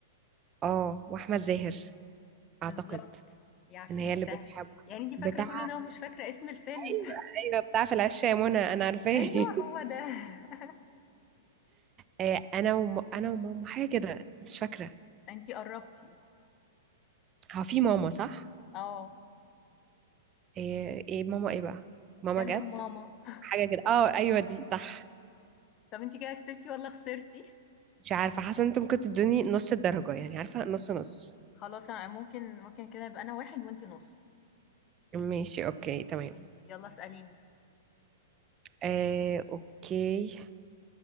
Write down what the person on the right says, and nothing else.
اه واحمد زاهر
اعتقد
ان هي اللي بتحب
بتاع
ايوه
ايوه بتاع في العشة يا منى انا عارفاه
<laughs>
آه انا وم... انا وماما حاجه كده مش فاكره
هو في ماما صح
ايه إيه ماما ايه بقى ماما
جت
حاجه كده اه ايوه دي صح
مش عارفه حاسه انت ممكن تدوني نص الدرجه يعني عارفه نص نص
ماشي اوكي تمام
آه، اوكي